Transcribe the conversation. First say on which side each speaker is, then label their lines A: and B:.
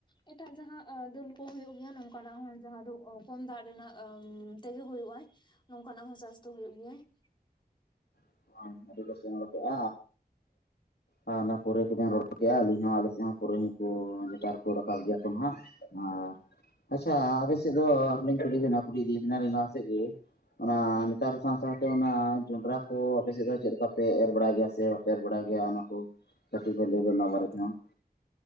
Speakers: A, on the left; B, on the left.
A: ᱮᱴᱟᱜ ᱡᱟᱦᱟᱸ ᱫᱟᱹᱞ ᱠᱚ ᱦᱳᱭᱳᱜ ᱜᱮᱭᱟ ᱱᱚᱝᱠᱟᱱᱟᱜ ᱦᱚᱸ ᱡᱟᱦᱟᱸ ᱫᱚ ᱠᱚᱢ ᱫᱟᱜ ᱨᱮᱱᱟᱜ ᱛᱮᱜᱮ ᱦᱳᱭᱳᱜ-ᱟ ᱾ ᱱᱚᱝᱠᱟᱱᱟᱜ ᱦᱚᱸ ᱪᱟᱥ ᱫᱚ ᱦᱩᱭᱩᱜ ᱜᱮᱭᱟ ᱾
B: <unintelligible> ᱟᱨ ᱚᱱᱟ ᱯᱩᱨᱟᱹᱭ ᱜᱮᱵᱮᱱ ᱨᱚᱲ ᱠᱮᱫᱮᱜ-ᱟ ᱟᱹᱞᱤᱧ ᱦᱚᱸ ᱟᱞᱮᱥᱮᱫ ᱦᱚᱸ ᱯᱩᱨᱟᱹᱭ ᱦᱚᱸᱠᱚ ᱱᱮᱛᱟᱨ ᱠᱚ ᱨᱟᱠᱟᱵ ᱜᱮᱭᱟ ᱠᱚ ᱦᱟᱸᱜ ᱾ <inaudible> ᱟᱪᱪᱷᱟ ᱟᱯᱮᱥᱮᱫ ᱫᱚ ᱟᱨᱚᱸ ᱞᱤᱧ ᱠᱩᱞᱤ ᱵᱮᱱᱟ ᱠᱩᱞᱤ ᱤᱫᱤᱭ ᱵᱮᱱᱟ ᱞᱤᱧ ᱞᱟᱦᱟᱥᱮᱫ ᱜᱮ ᱚᱱᱟ
A: ᱦᱩᱸ
B: ᱱᱮᱛᱟᱨ ᱥᱟᱶ ᱥᱟᱶᱛᱮ ᱚᱱᱟ ᱡᱚᱱᱰᱨᱟ ᱠᱚ ᱟᱯᱮ ᱥᱮᱫ ᱫᱚ ᱪᱮᱫ ᱞᱮᱠᱟ ᱯᱮ ᱮᱨ ᱵᱟᱲᱟᱭ ᱜᱮᱭᱟ ᱥᱮ ᱮᱨ ᱵᱟᱲᱟ ᱜᱮᱭᱟ ᱚᱱᱟ ᱠᱚ ᱠᱟᱹᱴᱤᱡ ᱠᱚ ᱞᱟᱹᱭᱵᱮᱱ ᱱᱚᱣᱟ ᱵᱟᱨᱮ ᱛᱮᱦᱚᱸ ᱾